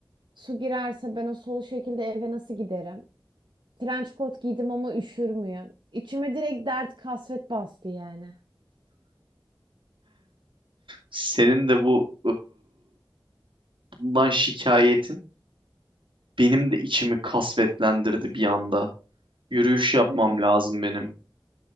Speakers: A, on the right; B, on the right.
A: Su girerse ben o solu şekilde eve nasıl giderim? Trench coat giydim ama üşür müyüm? İçime direkt dert kasvet bastı yani.
B: Senin de bu Bundan şikayetin benim de içimi kasvetlendirdi bir anda. Yürüyüş yapmam
A: Hı.
B: lazım benim.